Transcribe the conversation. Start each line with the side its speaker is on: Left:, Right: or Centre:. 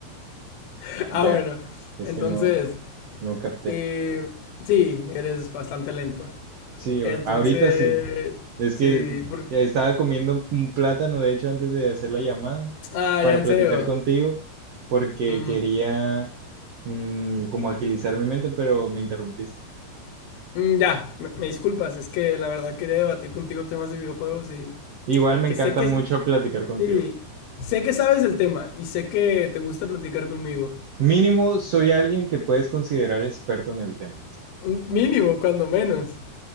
Left: <laughs>
Right: ya.
Left: ah, bueno.
Right: Es
Left: Entonces,
Right: que no, no capté.
Left: Y sí, eres bastante lento.
Right: Sí, ahor-
Left: Entonces,
Right: ahorita sí. Es
Left: sí,
Right: que
Left: por-
Right: estaba comiendo un plátano, de hecho, antes de hacer la llamada
Left: Ah,
Right: para
Left: ya, en
Right: platicar
Left: serio.
Right: contigo, porque
Left: Mm,
Right: quería mm, como agilizar mi mente, pero me interrumpiste.
Left: mm, ya, me, me disculpas, es que la verdad quería debatir contigo temas de videojuegos y...
Right: Igual
Left: Porque
Right: me encanta
Left: sé que...
Right: mucho platicar contigo.
Left: Sí, sé que sabes del tema y sé que te gusta platicar conmigo.
Right: Mínimo, soy alguien que puedes considerar experto en el tema,
Left: Un Mínimo, cuando menos.